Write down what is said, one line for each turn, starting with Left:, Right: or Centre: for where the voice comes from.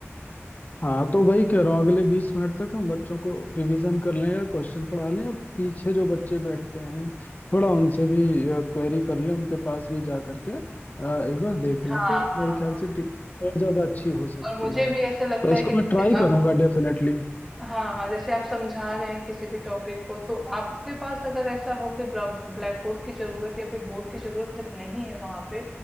Left: हाँ तो वही कह रहा हूँ अगले बीस मिनट तक हम बच्चों को रिवीजन कर लें या क्वेश्चन पढ़ा लें या पीछे जो बच्चे बैठते हैं थोड़ा उनसे भी क्वेरी कर लें उनके पास भी जा करके अ, एक बार देख लें
Centre: हाँ
Left: तो
Centre: हाँ
Left: मेरे ख्याल
Centre: हाँ
Left: से टीचिंग और ज्यादा अच्छी हो सकती
Centre: और मुझे
Left: है
Centre: भी ऐसे लगता
Left: तो इसको
Centre: है कि जैसे
Left: मैं ट्राई
Centre: आप
Left: करूंगा डेफिनेटली
Centre: हाँ हाँ जैसे आप समझा रहे हैं किसी भी टॉपिक को तो आपके पास अगर ऐसा हो कि ब्लैक ब्लैक बोर्ड की जरूरत या फिर बोर्ड की जरूरत जब नहीं है वहां पे